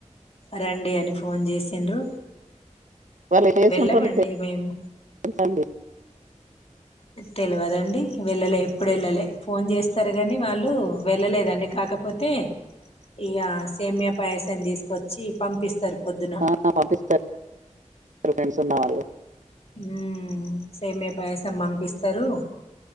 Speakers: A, on the left; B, on the right.
A: రండి అని ఫోన్ చేసిండ్రు.
B: వాళ్ళు చేస్తుంటారో
A: వెళ్ళమండి
B: మీకు
A: మేము
B: తెలుసా అండి
A: తెల్వదండి వెళ్లలే ఎప్పుడెళ్ళలె. ఫోన్ చేస్తారు గాని వాళ్ళు వెళ్ళలేదు <unintelligible> కాకపోతే ఇక సేమ్య పాయసాన్ని తీసుకొచ్చి పంపిస్తారు పొద్దున
B: ఆ పంపిస్తారు ఫ్రెండ్స్ ఉన్నా వాళ్ళు
A: ఉ సేమే పాయసం పంపిస్తారు